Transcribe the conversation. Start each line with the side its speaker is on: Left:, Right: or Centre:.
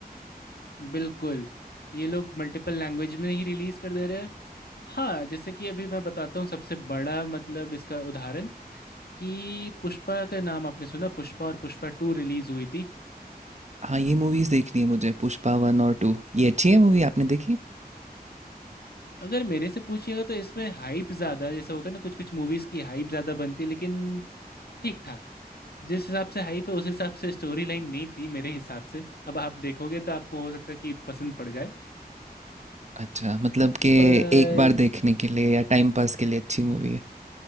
Left: बिल्कुल ये लोग मल्टीपल लैंग्वेज में ही रिलीज कर दे रहे हैं हाँ जैसे कि अभी मैं बताता हूँ सबसे बड़ा मतलब इसका उदाहरण कि पुष्पा का नाम आपने सुना पुष्पा और पुष्पा टू रिलीज हुई थी
Right: हाँ, ये मूवीज़ देखनी है मुझे पुष्पा 1 और 2 ये अच्छी है मूवी आपने देखी?
Left: अगर मेरे से पूछिएगा तो इसमें हाइप ज़्यादा जैसे होता है ना कुछ कुछ मूवीज़ की हाइप ज़्यादा बनती है लेकिन ठीक ठाक जिस हिसाब से हाइप है उस हिसाब से स्टोरी लाइन नहीं थी मेरे हिसाब से अब आप देखोगे तो आपको हो सकता है कि पसंद पड़ जाए
Right: अच्छा, मतलब कि
Left: पर
Right: एक बार देखने के लिए या टाइम पास के लिए अच्छी मूवी है।